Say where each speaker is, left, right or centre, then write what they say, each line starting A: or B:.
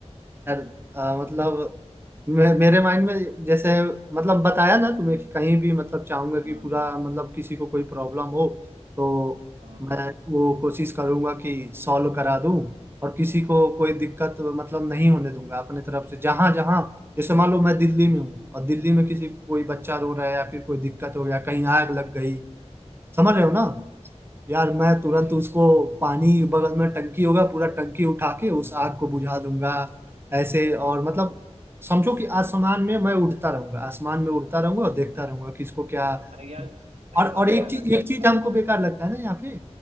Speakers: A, on the right; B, on the right.
A: यार आ, मतलब मे, मेरे माइंड में जैसे मतलब बताया ना तुम्हें कि कहीं भी मतलब चाहूंगा कि
B: हाँ
A: पूरा मतलब किसी को कोई प्रॉब्लम हो तो
B: हाँ
A: मैं वो कोशिश करूंगा कि सॉल्व करा दूं और किसी को कोई दिक्कत मतलब नहीं होने दूंगा अपने तरफ से जहां जहां जैसे मान लो मैं दिल्ली में हूँ और दिल्ली में किसी को कोई बच्चा रो रहा है या फिर कोई दिक्कत हो गया कहीं आग लग गई समझ रहे हो
B: हाँ
A: ना
B: हाँ
A: यार मैं तुरंत उसको पानी बगल में टंकी होगा पूरा टंकी उठा के उस आग को बुझा दूंगा ऐसे और मतलब समझो कि आसमान में मैं उड़ता रहूंगा आसमान में उड़ता रहूंगा और देखता रहूंगा कि इसको क्या
B: अरे यार सही
A: और
B: बात
A: और एक
B: है अगर
A: चीज एक
B: तुम
A: चीज हमको बेकार लगता है ना यहाँ पे